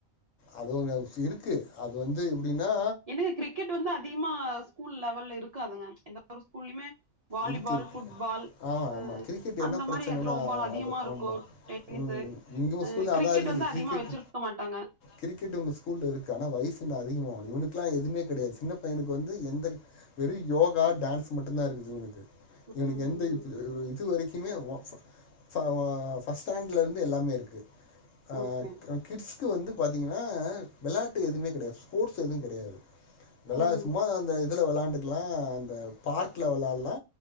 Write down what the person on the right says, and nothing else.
ஏங்க கிரிக்கெட் வந்து அதிகமா ஸ்கூல் லெவல்ல இருக்காதுங்க எந்த ஒரு ஸ்கூல்யுமே வாலிபால்
ஃபுட்பால்
அ
அந்த
மாதிரி த்ரோ பால் அதிகமாருக்கோ
இனி
சார்
கிரிக்கெட்
வந்து அதிகமா
வச்சிருக்க மாட்டாங்க
ம்
ஓகே
ம்